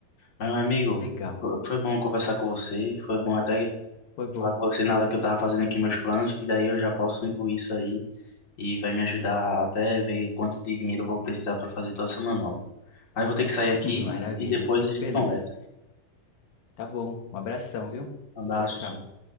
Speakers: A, on the left; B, on the left.
A: Mas, meu amigo,
B: legal.
A: fo- foi bom conversar com você. Foi bom até
B: Foi bom.
A: falar com você na hora que eu tava fazendo aqui meus planos, que daí eu já posso incluir isso aí e vai me ajudar até ver quanto de dinheiro eu vou precisar para fazer toda essa manobra. Mas eu vou ter que sair
B: <laughs>
A: aqui
B: Maravilha,
A: e depois
B: fico
A: a gente
B: feliz.
A: conversa.
B: Tá bom, um abração, viu?
A: Um abraço,
B: Tchau, tchau.
A: tchau.